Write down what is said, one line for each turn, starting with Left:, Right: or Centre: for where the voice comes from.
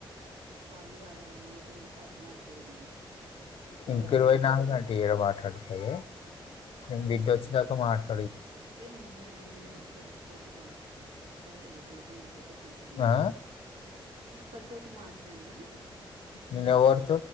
Right: ఇరవై కాళ్లు కావలీ ఇది ఇది పద్నాలుగోది ఇంకా
Left: ఇంక
Right: పదమూడు
Left: ఇరవై నాలుగు
Right: ఉంటాయి
Left: గంటే ఇడ మాట్లాడుతంది నేను బిధ్య వచ్చినాక మాట్లా
Right: అంటే నిన్న నిన్న ఒక్కల్ తోటి మ ఇ బల్లి ఇదతే దీన్ తోటే కంటన్యూ అయితు
Left: ఆ?
Right: నిన్న ఒక్కల్తోటి మాట్లాడినా
Left: నిన్న ఎవర్